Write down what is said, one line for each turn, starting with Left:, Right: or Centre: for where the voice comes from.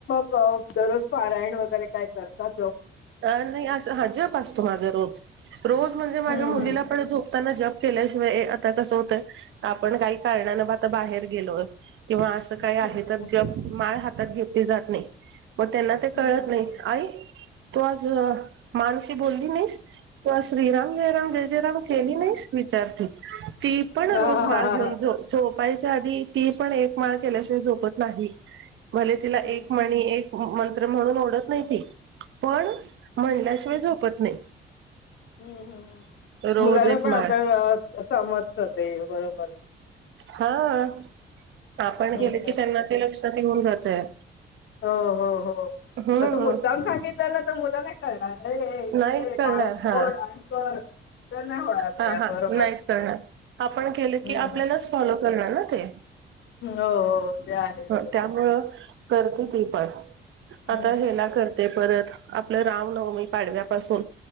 Left: हो दररोज पारायण वगैरे काय करतात हो.
Right: अ नाही अस हा जप असतो माझा रोज रोज म्हणजे माझ्या
Left: हम्म
Right: मुलीला प झोपताना जप. केल्याशिवाय ए आता कस होतं, आपण काही कारणान आता बाहेर गेलो. किंवा असं काही आहे,
Left: हम्म
Right: तर जग माळ हातात घेतली जात नाही. मग त्यांना ते
Left: हम्म
Right: कळत
Left: हम्म
Right: नाही आई, तू आज माणस बोलली नाहीस तू आज श्रीराम जयराम जय जयराम केली नाहीस विचार चार ती पण
Left: हा
Right: रोज
Left: हा
Right: माल
Left: हा
Right: घेऊन
Left: हा.
Right: झो झोपायच्या आधी ती पण एक माळ केल्याशिवाय झोपत नाही भले तिला
Left: हम्म हम्म
Right: एक मणी एक. मंत्र म्हणून ओढत नाही ती पण म्हणल्याशिवाय झोपत नाही.
Left: हम्मम्
Right: रोज
Left: मुलाला
Right: एक
Left: पण
Right: माळ
Left: आता समजत ते बरोबर.
Right: हा आ आपण गेले
Left: हम्म
Right: की,
Left: हम्म
Right: त्यांना ते लक्षात येऊन जातय.
Left: हो हो हो
Right: हम्म
Left: असं मुद्दाम सांगितलं ना तर मुलं नाही कळणार. अरे हे घे
Right: नाहीत करणार
Left: बाळ फोड
Right: हा
Left: आणि कर. तर नाही होणार
Right: हा
Left: ते
Right: हा
Left: बरोबर
Right: नाहीत करणार. आपण केलं
Left: हम्म
Right: की, आपल्यालाच
Left: हम्म
Right: फॉलो करणार ना ते.
Left: हो हो. ते आहेच
Right: ह
Left: हो.
Right: त्यामुळं करती ती पण.
Left: हम्म
Right: आता
Left: हम्म
Right: हेला
Left: हम्म
Right: करते परत आपलं रामनवमी पाडव्यापासून,